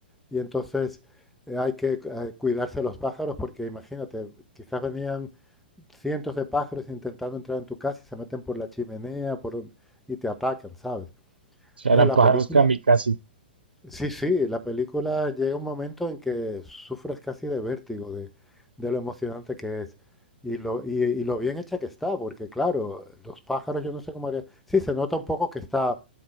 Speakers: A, in the centre; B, on the right.
A: y entonces eh, hay que eh, cuidarse de los pájaros porque imagínate, quizás venían cientos de pájaros intentando entrar en tu casa y se meten por la chimenea por donde- y te atacan, ¿sabes?
B: O sea,
A: Entonces
B: eran
A: la
B: pájaros
A: película
B: kamikaze.
A: Sí, sí, la película llega un momento en que sufres casi de vértigo de, de lo emocionante que es y lo, y, y lo bien hecha que está, porque claro, los pájaros yo no sé cómo haría. Sí, se nota un poco que está